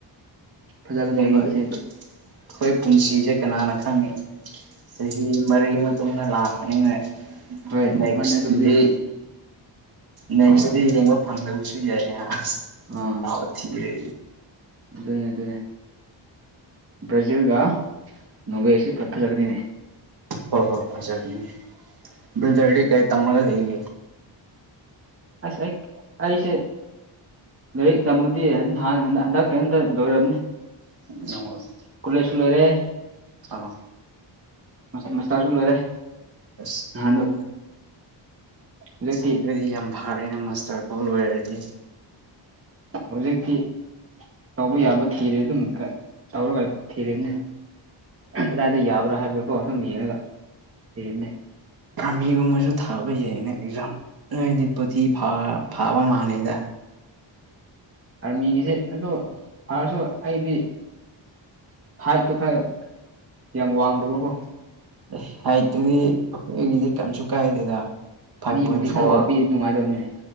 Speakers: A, on the right (about 30°); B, on the right (about 50°).
A: ꯐꯖꯒꯅꯦꯕ
B: ꯀꯔꯤ ꯑꯩꯈꯣꯏ
A: ꯑꯁꯤ
B: ꯄꯨꯟꯁꯤꯁꯦ ꯀꯅꯥꯅ ꯈꯪꯉꯦ ꯆꯍꯤ ꯃꯔꯤ ꯃꯇꯨꯡꯗ ꯂꯥꯛꯄꯅꯤꯅꯦ
A: ꯍꯣꯏ
B: ꯅꯦꯛꯁꯀꯤꯗꯤ
A: ꯃꯥꯅꯦ ꯑꯗꯨꯕꯨꯗꯤ
B: ꯅꯦꯛꯁꯇꯗꯤ ꯌꯦꯡꯕ ꯐꯪꯗꯕꯁꯨ ꯌꯥꯏꯌꯦꯅ
A: ꯑꯥ
B: ꯂꯥꯎꯑꯣ ꯊꯤꯔ
A: ꯑꯗꯨꯅꯦ ꯑꯗꯨꯅꯦ ꯕ꯭ꯔꯥꯖꯤꯜꯒ ꯅꯣꯋꯦꯁꯤ ꯐꯠ ꯐꯖꯒꯅꯤꯅꯦ
B: ꯍꯣ ꯍꯣꯏ ꯐꯖꯒꯤꯅꯤ ꯕ꯭ꯔꯥꯗꯔꯗꯤ ꯀꯩ ꯇꯝꯃꯒ ꯂꯩꯒꯦ
A: ꯑꯁ ꯑꯩ ꯑꯩꯁꯦ ꯂꯥꯏꯔꯤꯛ ꯇꯝꯃꯗꯤ ꯍꯟ ꯍꯥꯟ ꯍꯟꯗꯛ ꯍꯟꯗꯛ ꯀꯔꯤꯝꯇ ꯂꯣꯏꯔꯝꯅꯤ
B: <unintelligible>
A: ꯀꯨꯂꯦꯁꯨ ꯂꯣꯢꯔꯦ
B: ꯑꯥ
A: ꯃꯁꯇꯥꯔꯁꯨ ꯂꯣꯏꯔꯦ
B: ꯑꯁ
A: ꯅꯍꯥꯟꯗꯣ
B: ꯑꯗꯨꯗꯤ
A: ꯍꯧꯖꯤꯛꯇꯤ
B: ꯑꯗꯨꯢꯗꯤ ꯌꯥꯝ ꯥꯐꯥꯔꯦꯅ ꯃꯁꯇꯔ ꯐꯥꯎ ꯂꯣꯏꯔꯗꯤ
A: ꯍꯧꯖꯤꯛꯇꯤ ꯇꯧꯕ ꯌꯥꯕ ꯊꯤꯔꯦ ꯑꯗꯨꯝ ꯈꯥ ꯇꯧꯔꯒ ꯊꯤꯔꯦꯅꯦ ꯀꯗꯥꯏꯗ ꯌꯥꯕ꯭ꯔꯥ ꯍꯥꯏꯕꯀꯣ ꯑꯗꯨꯝ ꯌꯦꯡꯉꯒ ꯊꯤꯔꯤꯅꯦ
B: ꯑꯥꯃꯤꯒꯨꯝꯕꯖꯨ ꯊꯥꯕ ꯌꯥꯏꯌꯦꯅ ꯑꯦꯛꯖꯥꯝ ꯅꯣꯏꯗꯤ ꯄꯨꯇꯤ ꯐꯥ ꯐꯥꯕ ꯃꯥꯜꯂꯦꯗ
A: ꯑꯥꯔꯃꯤꯒꯤꯁꯦ ꯑꯗꯨ ꯐꯥꯔꯁꯨ ꯑꯩꯗꯤ ꯍꯥꯏꯠꯇꯣ ꯈꯔ ꯌꯥꯝ ꯋꯥꯡꯗꯕꯀꯣ
B: ꯑꯦ ꯍꯥꯏꯠꯇꯨꯒꯤ ꯑꯩꯈꯣꯏꯒꯤꯗꯤ ꯀꯝꯁꯨ ꯀꯥꯏꯗꯦꯗ ꯐꯥꯏꯚ
A: ꯃꯤꯕꯨꯗꯤ
B: ꯄꯣꯏꯟ
A: ꯈꯔ
B: ꯐꯣꯔ
A: ꯋꯥꯡꯕꯤ ꯅꯨꯡꯉꯥꯏꯗꯕꯅꯦ